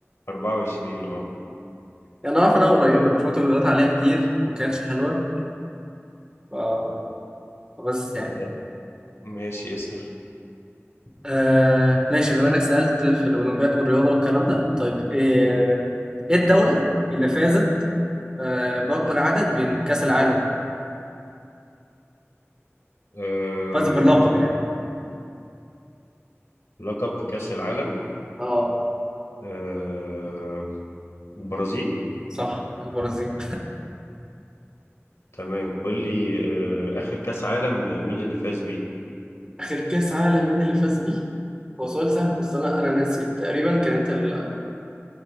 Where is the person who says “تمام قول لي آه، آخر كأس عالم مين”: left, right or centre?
Left